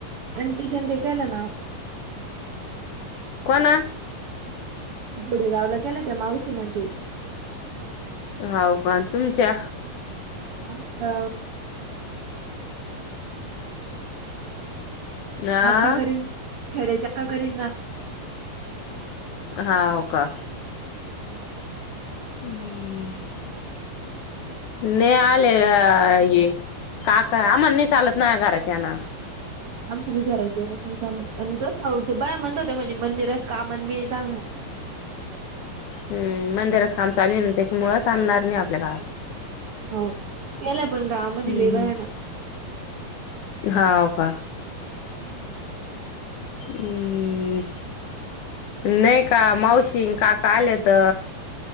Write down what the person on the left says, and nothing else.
कोणा.
होव का तुमच्या.
अ
हा, हो का.
हम्म. नाही आले ये काका, आम्हाण नाही चालत नाही घराच्याना.
हम्म, मंदिरात काम चालेल ना त्याच्यामुळ चालणार नाही आपल्या गावात.
हम्
हा का.
हम्म. नाही का मावशी अन् काका आले त